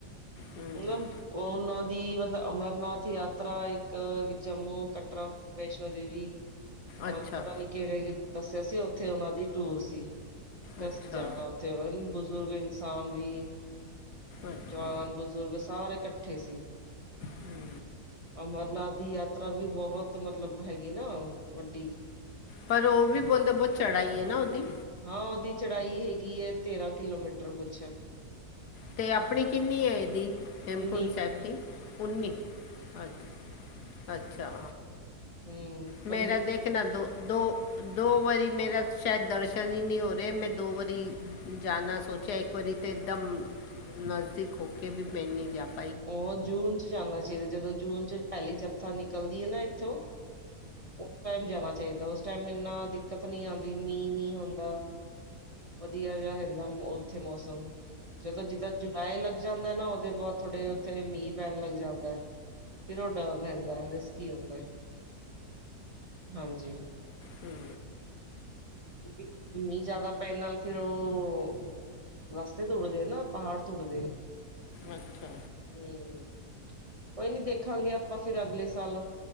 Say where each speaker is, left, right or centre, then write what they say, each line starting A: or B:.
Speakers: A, on the left; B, on the right.
A: ਹਮ,
B: ਮਤਲਬ, ਉਹਨਾਂ ਦੀ ਮਤਲਬ ਅਮਰਨਾਥ ਯਾਤਰਾ ਇੱਕ ਜੰਮੂ ਕਟਰਾ ਵੈਸ਼ਨੋ ਦੇਵੀ, ਔਰ
A: ਅੱਛਾ
B: ਪਤਾ ਨੀ ਕਿਹੜੇ ਦੱਸਿਆ ਸੀ ਉੱਥੇ ਉਹਨਾ ਦੀ ਟੂਰ ਸੀ। ਦਾ
A: ਅੱਛਾ
B: ਅਸੀਂ ਜਾਣਾ ਉੱਥੇ, ਬਜ਼ੁਰਗ ਇਨਸਾਨ ਵੀ
A: ਅੱਛਾ।
B: ਜਵਾਨ ਬਜ਼ੁਰਗ ਸਾਰੇ ਇਕੱਠੇ ਸੀ।
A: ਹੂੰ
B: ਅਮਰਨਾਥ ਦੀ ਯਾਤਰਾ ਵੀ ਬਹੁਤ ਮਤਲਬ ਹੈਗੀ ਨਾ ਵੱਡੀ
A: ਪਰ ਉਹ ਵੀ ਬੋਲਦੇ, ਬਹੁਤ ਚੜਾਈ ਨਾ ਉਹਦੀ
B: ਹਾਂ ਉਹਦੀ ਚੜਾਈ ਹੈਗੀ ਹੈ ਤੇਰਾਂ ਕਿਲੋਮੀਟਰ ਕੁਛ
A: ਅਤੇ ਆਪਣੀ ਕਿੰਨੀ ਹੈ ਇਹਦੀ, ਹੇਮਕੁੰਡ
B: ਉੱਨੀ
A: ਸਾਹਿਬ ਦੀ ਉੱਨੀ, ਅੱ ਅੱਛਾ
B: ਹਮ ਪਰ
A: -ਮੇਰਾ
B: ਇਹ
A: ਦੇਖ, ਨਾ ਦੋ ਦੋ ਦੋ ਵਾਰੀ ਮੇਰਾ ਸ਼ਾਇਦ ਦਰਸ਼ਨ ਹੀ ਨਹੀਂ ਹੋ ਰਹਾ ਮੈਂ ਦੋ ਵਾਰੀ ਜਾਨਾ ਸੋਚਿਆ ਇੱਕ ਵਾਰੀ ਤਾਂ ਇੱਕਦਮ, ਨਜ਼ਦੀਕ ਹੋ ਕੇ ਵੀ ਮੈਂ ਨਹੀਂ ਜਾ ਪਾ
B: ਉਹ ਜੂਨ 'ਚ ਜਾਣਾ ਚਾਹੀਦਾ, ਜਦੋਂ ਜੂਨ ਚ ਪਹਿਲੀ ਜੱਥਾ ਨਿਕਲਦੀ ਹੈ ਨਾ ਇੱਥੋਂ ਉਸ ਟਾਈਮ ਜਾਣਾ ਚਾਹੀਦਾ, ਉਸ ਟਾਈਮ ਇੰਨਾ ਦਿੱਕਤ ਨ ਆਉਂਦੀ ਮੀਂਹ ਨਹੀਂ ਹੁੰਦਾ ਵਧੀਆ ਜਿਹਾ ਰਹਿੰਦਾ ਉੱਥੇ ਮੌਸਮ, ਜਦੋਂ ਜਿੱਦਾਂ ਜੁਲਾਈ ਲੱਗ ਜਾਂਦਾ ਨਾ ਉਹਦੇ ਬਾਅਦ ਥੋੜੇ ਉੱਥੇ ਮੀਂਹ ਪੈਣ ਲੱਗ ਜਾਂਦਾ ਹੈ। ਫਿਰ ਉਹ ਡਰ ਰਹਿੰਦਾ ਰਿਸਕੀ ਹੁੰਦਾ, ਹਾਂਜੀ
A: ਹਮ।
B: ਕਿ ਮੀਂਹ ਜਿਆਦਾ ਪੈਣ ਨਾਲ ਫੇਿਰ ਉਹ ਰਸਤੇ ਤ ਟੁੱਟਦੇ ਨਾ, ਪਹਾੜ ਤ ਟੁੱਟਦੇ
A: ਅੱਛਾ।
B: ਹਮ। ਕੋਈ ਨੀ ਦੇਖਾਂਗੇ ਆਪਾਂ ਫਿਰ ਅਗਲੇ ਸਾਲ,